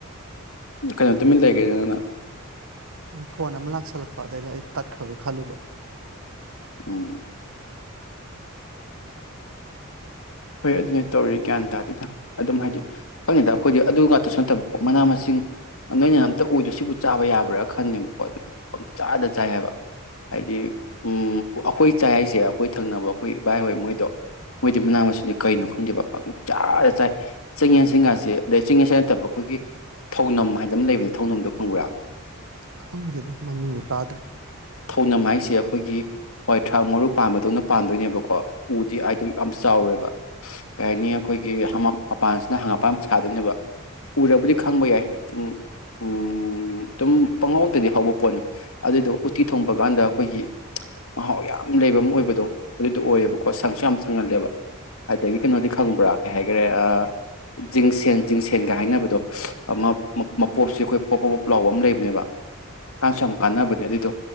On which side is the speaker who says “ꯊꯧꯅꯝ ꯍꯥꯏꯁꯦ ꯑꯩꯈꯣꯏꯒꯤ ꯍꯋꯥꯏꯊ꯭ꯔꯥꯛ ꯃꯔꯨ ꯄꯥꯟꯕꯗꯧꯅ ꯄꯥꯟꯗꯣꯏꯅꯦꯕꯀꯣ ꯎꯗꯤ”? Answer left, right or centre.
Left